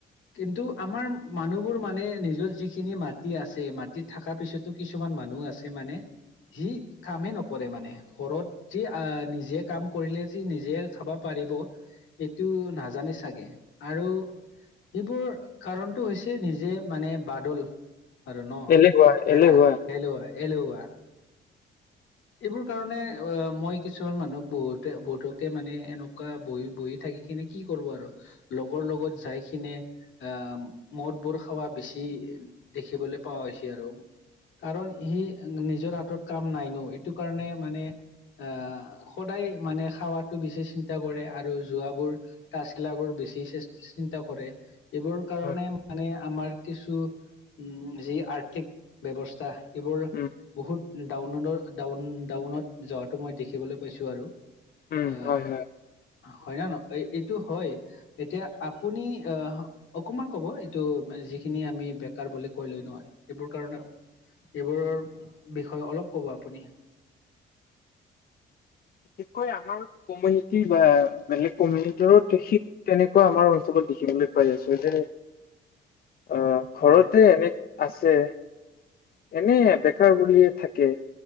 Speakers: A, on the left; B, on the left.
A: কিন্তু, আমাৰ মানুহবোৰ মানে নিজৰ যিখিনি মাটি আছে, মাটিত থাকা পিছত। তো কিছুমান মানুহ আছে মানে, সি কামে নক কৰে মানে। ঘৰত যি আ নিজে কাম কৰিলে যে নিজে খাব পাৰিব! সেইটো নাজানে চাগে! আৰু সেবোৰ কাৰণটো হৈছে নিজে মানে, বাদোল। আৰু ন?
B: এলেহুৱা
A: হেলা,
B: এলেহুৱা
A: হেলুৱই, এলেহুৱা। এইবোৰ কাৰণে অ মই কিছুমান মানুহক বহুতে, বহুতকে মানে এনেকুৱা বহি বহি থাকি কিনে কি কৰব আৰু! লগৰ লগত যাই কিনে আ মদবোৰ খোৱা বেছি দেখিবলৈ পোৱা হৈছে আৰু! কাৰণ সি নিজৰ হাতত কাম নাই ন? এইটোকাৰণে মানে আ, সদায় মানে খাৱাতো বেছি চিন্তা কৰে, আৰু যোৱাবোৰ তাছ খেলাবোৰ বেছি চিন্তা কৰে, এইবোৰ কাৰণে
B: হয়
A: মানে আমাৰ কিছু, উম, যি আৰ্থিক ব্যৱস্থা এইবোৰ
B: উম
A: বহুত ডাউনোদৰ ডাউন-ডাউনত যোৱাটো মই দেখিবলৈ পাইছো আৰু!
B: উম
A: আ
B: হয় হয়।
A: হয় নে ন? এইটো হয়, এতিয়া আপুনি আহ অকমান ক'ব। এইটো যিখিনি আমি বেকাৰ বুলি কৈ লয় ন! সেইবোৰ কাৰণে এইবোৰৰ বিষয়ে অলপ ক'ব আপুনি।
B: বিশেষকৈ আমাৰ কমিউনিটি বা বেলেগ কমিউনিটিৰত শিক কেনেকুৱা আমাৰ অঞ্চলত দেখিবলৈ পাই আছো যে
A: <inaudible>
B: অ' ঘৰতে
A: হয়।
B: এনে আছে, এনে ইয়াতে নিজৰ বুলিয়ে থাকে,